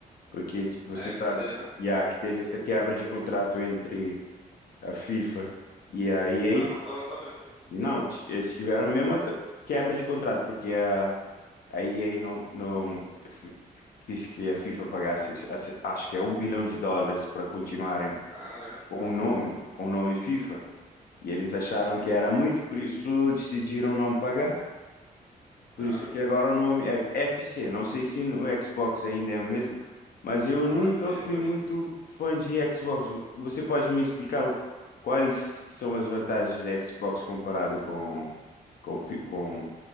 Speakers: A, on the left; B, on the left.
A: porque você
B: É
A: sabe,
B: FC, né?
A: já que teve essa quebra de contrato entre a FIFA e a EA,
B: Ah, não tava sabendo disso.
A: não, t- eles tiveram a mesma t- quebra de contrato, porque a, a EA não, não f- quis que a FIFA pagasse, acho que é um bilhão de dólares para continuarem
B: Caramba.
A: com o nome, com o nome FIFA. E eles acharam que era muito, por isso decidiram não pagar. Por
B: Caramba,
A: isso que agora o nome é FC. Não sei se no Xbox ainda é o mesmo, mas eu
B: não
A: nunca
B: é FIFA
A: fui muito
B: ainda.
A: fã de Xbox. Vo- Você pode me explicar o- quais são as vantagens de Xbox comparado com com fi- com,